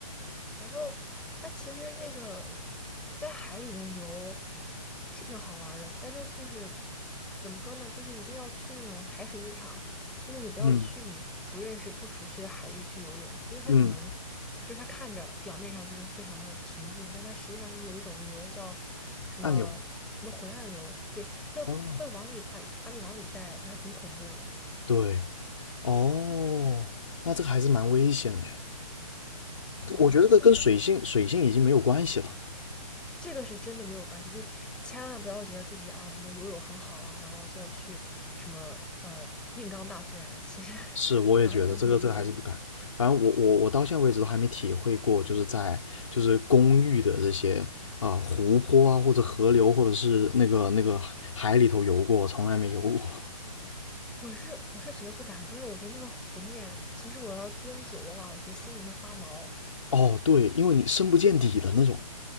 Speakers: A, in the centre; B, on the left.
A: 然后它其实那个在海里面游是挺好玩儿的，但它就是怎么说呢？就是一定要去那种海水浴场，就是你不要去你不认识、
B: 嗯
A: 不熟悉的海域去游泳，因为它可能
B: 嗯，
A: 就是它看着表面上就是非常的平静，但它实际上就是有一种流叫什么什么回岸流，
B: 暗涌
A: 对，它会它会往里把把你往里带，
B: 哦，
A: 就还挺恐怖的。
B: 对，哦，那这个还是蛮危险的。
A: 对，
B: 我觉得这个跟水性水性已经没有关系了。
A: 然后就这个是真的没有关系，就是千万不要觉得自己啊什么游泳很好啊，然后就要去什么呃硬刚大自然，其实 <laughs>
B: 是，我也觉得这个这个还是不敢。
A: 完全避不过。
B: 反正我我我到现在为止都还没体会过，就是在就是公寓的这些啊、呃湖泊啊或者河流或者是那个那个海里头游过，我从来没游过。
A: 我是我是觉得不敢，就是我觉得那个湖面，其实我要盯久的话，我觉得心里会发毛。
B: 哦，对，因为你深不见底的那种，